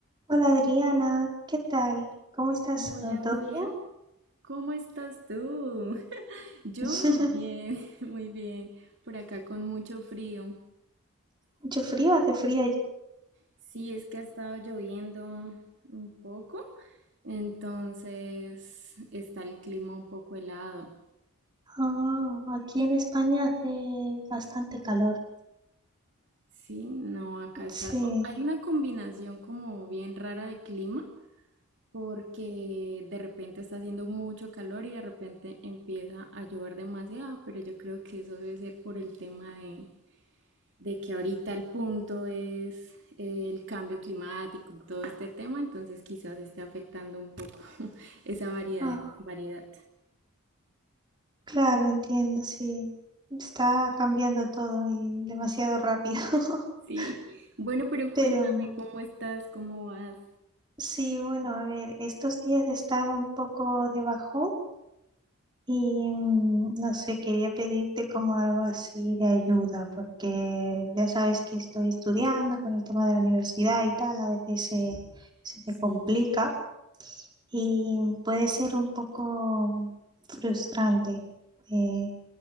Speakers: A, on the right; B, on the right.
A: Hola Adriana, ¿qué tal? ¿Cómo estás
B: Hola
A: hoy? ¿Todo
B: Julia,
A: bien?
B: ¿Cómo estás tú? <laughs> Yo
A: <laughs>
B: muy bien, <laughs> muy bien. Por acá con mucho frío.
A: Mucho frío, hace frío. allí?
B: sí, es que ha estado lloviendo un poco, Entonces está el clima un poco helado.
A: Ah, aquí en España hace bastante calor.
B: Sí, no, acá está.
A: Sí,
B: o- Hay una combinación como bien rara de clima porque de repente está haciendo mucho calor y de repente empieza a llover demasiado, pero yo creo que eso debe ser por el tema de, de que ahorita el punto es el cambio climático y todo este tema, entonces quizás esté afectando un poco <laughs> esa variedad,
A: ah,
B: variedad.
A: claro, entiendo, sí. Está cambiando todo y demasiado rápido. <laughs>
B: Sí, bueno, pero cuéntame
A: Pero
B: cómo estás, cómo vas.
A: sí, bueno, a ver, estos días he estado un poco debajo Y mm, no sé, quería pedirte como algo así de ayuda, porque ya sabes que estoy estudiando con el tema de la universidad y tal, a veces se, se me
B: Sí,
A: complica y puede ser un poco frustrante. Eh,